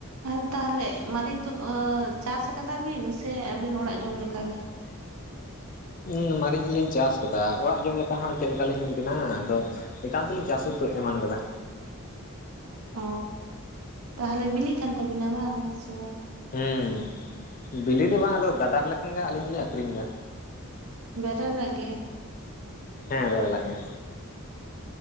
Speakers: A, on the right (about 80°); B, on the left (about 40°).
A: ᱟᱨ ᱛᱟᱦᱚᱞᱮ ᱢᱟᱹᱨᱤᱪ ᱫᱚ ᱪᱟᱥ ᱟᱠᱟᱫᱟ ᱵᱤᱱ ᱥᱮ ᱟᱹᱵᱤᱱ ᱚᱲᱟᱜ ᱡᱚᱢᱞᱮᱠᱟ ᱜᱮ?
B: <unintelligible> ᱢᱟᱹᱨᱤᱪ ᱜᱮ ᱞᱤᱧ ᱪᱟᱥ ᱟᱠᱟᱫᱟ ᱚᱲᱟᱜ ᱡᱚᱢ ᱞᱮᱠᱟ ᱦᱚᱸ ᱪᱮᱫ ᱞᱮᱠᱟᱞᱤᱧ ᱵᱮᱤᱱᱟ-ᱟ ᱟᱫᱚ᱾ ᱮᱠᱟᱱ ᱛᱮᱞᱤᱧ ᱪᱟᱥ ᱩᱛᱩ ᱮᱢᱟᱱ ᱠᱟᱫᱟ
A: ᱚ ᱛᱟᱦᱚᱞᱮ ᱵᱤᱞᱤᱜ ᱠᱟᱱ ᱛᱟᱵᱤᱱᱟ ᱵᱟᱝ ᱥᱮ ᱵᱟ?
B: ᱦᱩᱸ ᱵᱤᱞᱤ ᱫᱚ ᱵᱟᱝ ᱟᱫᱚ ᱜᱟᱫᱟᱨ ᱞᱮᱠᱷᱟᱱ ᱜᱮ ᱟᱞᱤᱧ ᱫᱚᱞᱮᱧ ᱟᱠᱷᱨᱤᱧ ᱮᱫᱟ
A: ᱵᱮᱨᱮᱞᱟᱜ ᱜᱮ?
B: ᱦᱮᱸ ᱵᱮᱨᱮ ᱞᱟᱜ ᱜᱮ